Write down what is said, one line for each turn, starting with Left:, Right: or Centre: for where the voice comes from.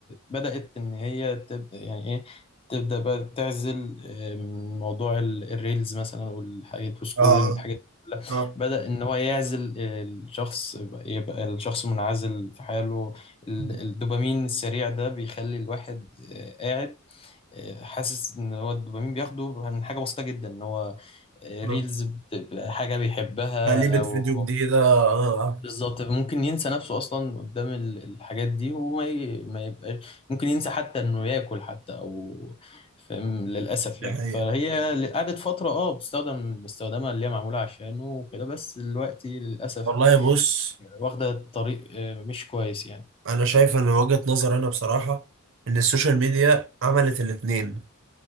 Left: بدأت إن هي تبدأ يعني إيه تبدأ بقى تعزل آم، موضوع ال- الريلز مثلا والحاجات والسكرولينج
Right: اه
Left: الحاجات دي كلها
Right: اه
Left: بدأ إن هو يعزل آه، الشخص يبقى يبقى الشخص منعزل في حاله ال-
Right: اه
Left: الدوبامين السريع ده بيخلي الواحد آه، قاعد آه، حاسس ان هو الدوبامين بياخده من حاجه بسيطه جدا ان هو آه،
Right: آه.
Left: ريلز بتبقى حاجه بيحبها
Right: تقليبة
Left: او
Right: فيديو جديدة اه آه،
Left: بالظبط ممكن ينسى نفسه اصلا قدام ال- الحاجات دي وما ي- ما يبقاش ممكن ينسى حتى انه ياكل حتى او فاهم للاسف
Right: دي
Left: يعني
Right: حقيقة
Left: فهي ل- قعدت فتره اه بتستخدم استخدامها اللي هي معموله عشانه وكده بس دلوقتي للاسف
Right: والله بص
Left: واخده طريق آه، مش كويس يعني
Right: انا شايف ان وجهة نظر انا بصراحة ان السوشيال ميديا عملت الاتنين